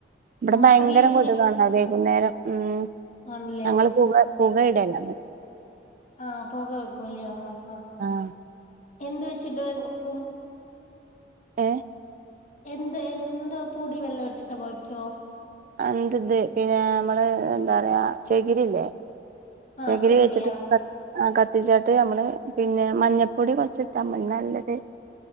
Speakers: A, on the right; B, on the left.
A: ഇബടെ
B: മാത്രല്ല
A: ഭയങ്കരം
B: ഈ പുല്ല്
A: കൊതുകാണ് വൈകുന്നേരം ഉം
B: ആണല്ലേ
A: ഞങ്ങള് പുക പുക ഇടല
B: ആ പൊക വക്കു അല്ലയോ ഹാ അ
A: ആഹ്
B: എന്ത് വെച്ചിട്ടോ എങ്ങ്ക്കും
A: എ
B: എന്ത് എന്ത് പുടി വെല്ലോം ഇട്ടിട്ട് പൊകയ്ക്കോ
A: എന്ത് ഇന്ത് പിന്നെ നമ്മള് ന്താ പറയാ ചെകിരില്ലേ
B: ആഹ്
A: ചകിരി വെച്ചിട്ട്
B: ആഹ്
A: കത്തി ആ കത്തിച്ചിട്ട് നമ്മള് പിന്നെ മഞ്ഞ പൊടി കൊറച്ച്ട്ടാ മതി നല്ലത്